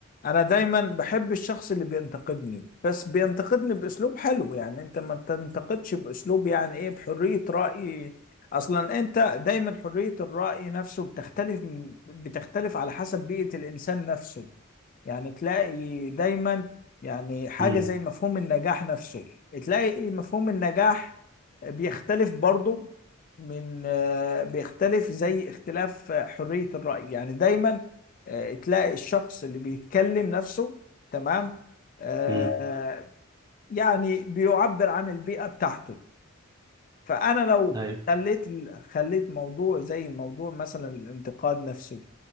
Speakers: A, on the left (about 40°); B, on the right (about 20°).
A: انا دايما بحب الشخص اللي بينتقدني بس بينتقدني باسلوب حلو يعني انت ما تنتقدش باسلوب يعني ايه بحرية رأي اصلا انت دايما حرية الرأي نفسه بتختلف بتختلف على حسب بيئة الانسان نفسه يعني تلاقي دايما يعني حاجة
B: امم
A: زي مفهوم النجاح نفسه تلاقي مفهوم النجاح بيختلف برضه من آه، بيختلف زي اختلاف آه، حرية الرأي يعني دايما آه، تلاقي الشخص اللي بيتكلم نفسه تمام آه،
B: امم
A: يعني بيعبر عن البيئة بتاعته فأنا لو
B: أيوه
A: خليت خليت موضوع زي موضوع مثلا الانتقاد نفسه